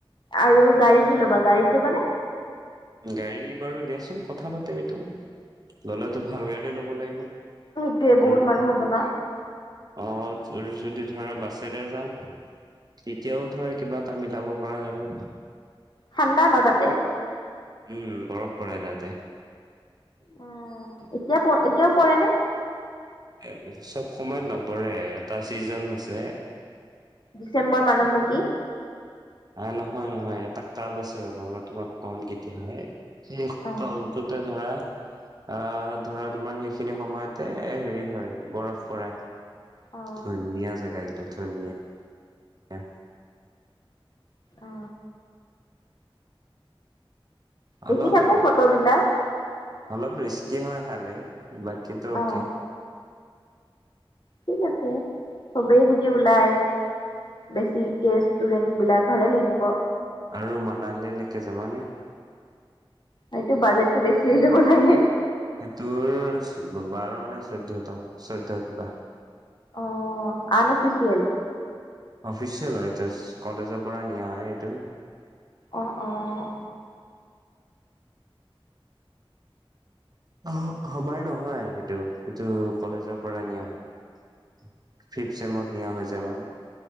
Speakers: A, on the left; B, on the right.
A: আৰু গাড়ী কি ল'বা গাড়ীত যাবানে?
B: গাড়ী বাৰু দিয়াচোন কথা পাতিম সেইটো। ললেতো ভাল গাড়ী ল'ব লাগিব আৰু
A: সেইটোয়ে বহুত মানুহ হ'ব ন?
B: অ', যদি ধৰা বাছেৰে যাওঁ তেতিয়াও ধৰা কিবা এটা মিলাব পৰা যাব।
A: ঠাণ্ডা ন তাতে?
B: উম, বৰফ পৰে তাতে।
A: উম, এতিয়া প এতিয়াও পৰে নে?
B: এ চব সময়ত নপৰে এটা চিজন আছে
A: ডিচেম্বৰ মানত নেকি?
B: অ', নহয় নহয় এটা কাল আছে ৰবা মই তোমাক কম কেতিয়াবা। সেই
A: অ'।
B: কালটোতে ধৰা আ, ধৰা তোমাৰ সেইখিনি সময়তে এ হেৰি হয়, বৰফ পৰে
A: অ',
B: ধুনীয়া জেগা সেইটো ধুনীয়া এ
A: অ', দেখি
B: অলপ
A: থাকো ফটোবিলাক
B: অলপ ৰিস্কি হয় হালে বাকীটো অ'কে।
A: অ', ঠিক আছে সবেই যদি ওলাই। বেছিকে ষ্টুডেণ্ট বিলাক ভালে লাগিব।
B: আৰু মানালীলৈকে যাবানে?
A: এইটো বাজেটটো বেছি হৈ যাব চাগে।
B: সেইটোৰ বাৰ নে চৈধ্য ত' চৈধ্য কিবা
A: অ', আন অফিচিয়েল।
B: অফিচিয়েল হয় যচ কলেজৰ পৰা নিয়া এইটো।
A: অ', অ',
B: অ সমৰ নহয় এইটো সেইটো কলেজৰ পৰা নিয়া হয় ফিফ চেমত নিয়া হৈ যায় আমাৰ